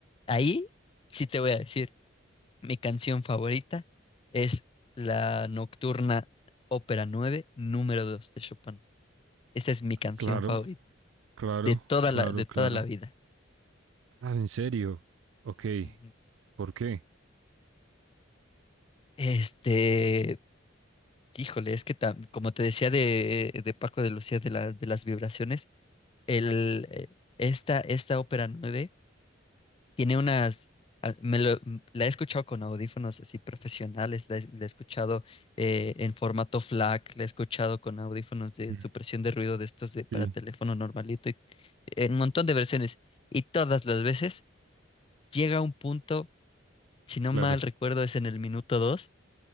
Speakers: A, on the left; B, on the right.
A: ahí sí te voy a decir, mi canción favorita es la Nocturna Ópera nueve número dos de Chopin. Esa es mi canción
B: Claro,
A: favorita
B: claro,
A: de toda
B: claro,
A: la, de
B: claro.
A: toda la vida.
B: Ah, ¿en serio? Ok,
A: Ujú.
B: ¿por qué?
A: Este, híjole, es que tam- como te decía de, de Paco de Lucía de, la- de las vibraciones, el, eh, esta, esta ópera 9 Tiene unas, a- me lo- m- la he escuchado con audífonos así profesionales, la he, la he escuchado eh, en formato FLAC, la he escuchado con audífonos de
B: Mm.
A: supresión de ruido de estos de, para
B: Sí,
A: teléfono normalito, y- en un montón de versiones. Y todas las veces llega un punto, si no
B: claro.
A: mal recuerdo es en el minuto dos